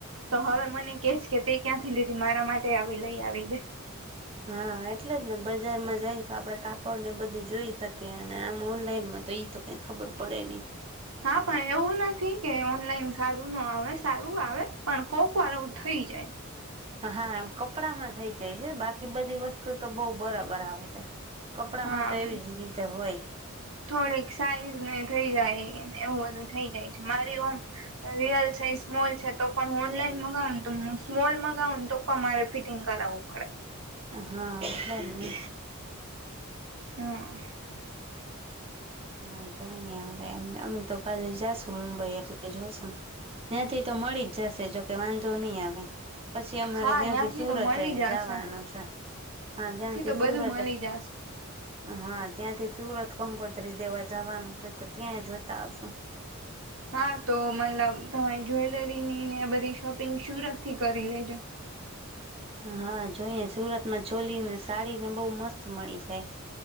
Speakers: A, on the right (about 70°); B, on the right (about 25°).
A: તો હવે મને કે છે કે તે ક્યાંથી લીધી મારા માટે આવી લઈ આવી દે
B: હા એટલે જ ને બજારમાં જાય તો આપડે કાપડ ને બધું જોઈ શકીએ અને આમ ઓનલાઈનમાં તો એ તો કઈ ખબર પડે નઈ
A: હા પણ એવું નથી કે ઓનલાઈન સારું ના આવે સારું આવે પણ કોક વાર એવું થઈ જાય
B: હા હા એમ કપડામાં થઈ જાય છે બાકી બધી વસ્તુ તો બો બરાબર આવે છે કપડામાં
A: હા
B: તો એવી જ રીતે હોય
A: થોડીક સાઈઝ ને થઈ જાય એવું બધું થઈ જાય છે મારી ઓમ રિયલ છે સ્મોલ છે તો પણ ઓનલાઈન મગાવુ <inaudible> સ્મોલ માગાવુ ને તો તમારે ફિટિંગ કરાવવું પડે
B: હા <inaudible> ને
A: હા
B: હા જોઈએ હવે અમે તો પેલે જાશું મુંબઈ એટલે જોશું ત્યાંથી તો મળી જ જશે જોકે વાંધો નઈ આવે પછી અમારે
A: હા
B: ત્યાંથી સુરતે
A: તો મળી જશે
B: જવાનું છે હા ત્યાંથી
A: તો
B: સુરત
A: બધું મળી જશે
B: હા ત્યાંથી સુરત કમકો તરી દેવા જવાનું છે તો ત્યાંય જોતા આપ
A: હા તો મતલબ તમે જ્વેલરીની ને બધી શોપિંગ શરત નથી કરી લેજો
B: હા જોઈએ સુરતમાં ચોલી ને સાડી ને બહુ મસ્ત મળી જાય